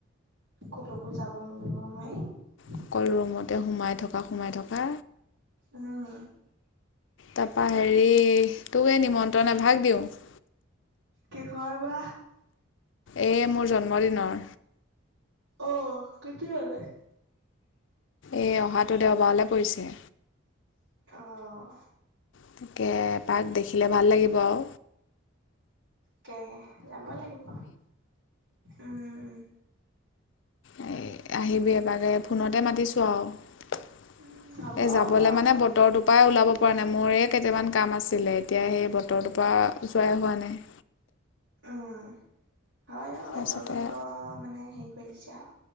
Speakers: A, on the right (about 60°); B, on the left (about 65°).
A: কলৈকো যাব নিবও নোৱাৰি। <unintelligible>
B: অকল ৰুমতে সোমাই থকা, সোমাই থকা,
A: উম
B: তাৰাপা হেৰি, তোকে নিমন্ত্ৰণে ভাগ দিওঁ। <unintelligible>
A: কিহৰ বা?
B: এয়ে মোৰ জন্মদিনৰ।
A: অ কেতিয়ালে?
B: এ অহাটো দেওবাৰলৈ পৰিছে।
A: আহ
B: গতিকে তাক দেখিলে ভাল লাগিব আও।
A: তাকেহে যাব লাগিব, উম
B: এ আহিবি এবাৰ ফোনতে মাতিছো আও। এ
A: উম হ'ব হ'ব
B: যাবলে মানে বতৰটোৰ পৰাই ওলাব পৰা নাই মোৰে কেইটামান কাম আছিলে, এতিয়া সেই বতৰ টো পা যোৱাই হোৱা নাই।
A: উম হয় অ বতৰটোৱে
B: তাৰপিছতে
A: বৰ মানে হেৰি কৰি দিছে আও।